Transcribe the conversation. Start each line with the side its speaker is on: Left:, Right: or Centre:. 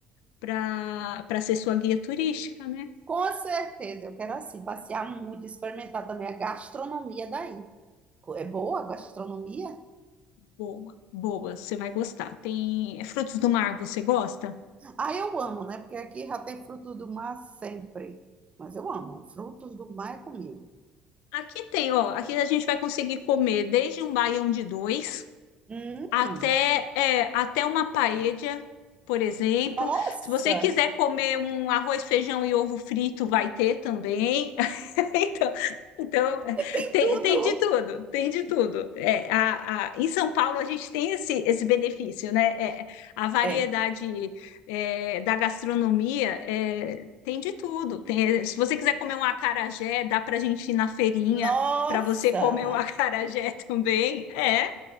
Left: para para ser sua guia turística, né?
Right: Com certeza, eu quero assim passear muito, experimentar também a gastronomia daí. É boa a gastronomia?
Left: Boa, boa, você vai gostar. Tem é, frutos do mar, você gosta?
Right: Ah, eu amo, né? Porque aqui já tem frutos do mar sempre. Mas eu amo, frutos do mar é comigo.
Left: Aqui tem, ó. Aqui a gente vai conseguir comer desde um baião de dois.
Right: Hum,
Left: Até, é, até uma paella, por exemplo.
Right: nossa,
Left: Se você quiser comer um arroz, feijão e ovo frito, vai ter também. <laughs> Então, então é,
Right: que
Left: tem,
Right: Tudo!
Left: tem de tudo, tem de tudo. É, a, a- em São Paulo, a gente tem esse, esse benefício, né? É, a variedade
Right: é,
Left: é, da gastronomia é, tem de tudo. Tem- se você quiser comer um acarajé, dá para a gente ir na feirinha
Right: nossa.
Left: para você comer um <laughs> acarajé também. É.